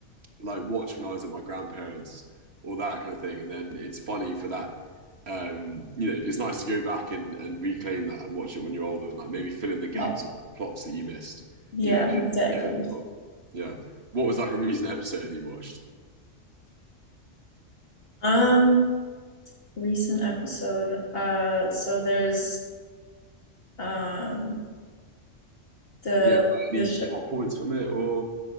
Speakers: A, on the right; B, on the left.
A: like watch when I was at my grandparents or that kind of thing. And then it's funny for that. Um, you know, it's nice to go back and, and reclaim that and watch it when you're older and like maybe fill in the gaps
B: Yeah,
A: of like, the plots that you missed.
B: yeah,
A: You know,
B: exactly.
A: yeah, yeah. What was like a recent episode that you watched?
B: Um, recent episode. Uh, so there's um the
A: Yeah, like, any
B: the show.
A: plot points from it or